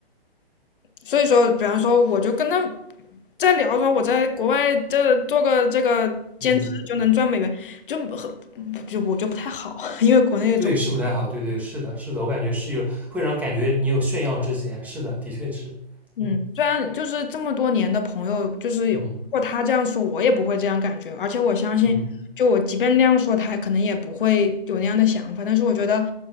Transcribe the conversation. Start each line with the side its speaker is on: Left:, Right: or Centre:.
Left: 所以说，比方说，我就跟他在聊说，我在国外这做个这个兼职就能赚美元，
Centre: 嗯嗯，
Left: 就很就我就不太好，<laughs> 因为国内做
Centre: 对，是不嗯太好，对对是的，是的，我感觉是有会让感觉你有炫耀之嫌，是的，的确是，
Left: 嗯，
Centre: 嗯
Left: 虽然就是这么多年的朋友，就是有如果他这样说，
Centre: 嗯
Left: 我也不会这样感觉。而且我相信，
Centre: 嗯，
Left: 就我即便那样说，他可能也不会有那样的想法。但是我觉得，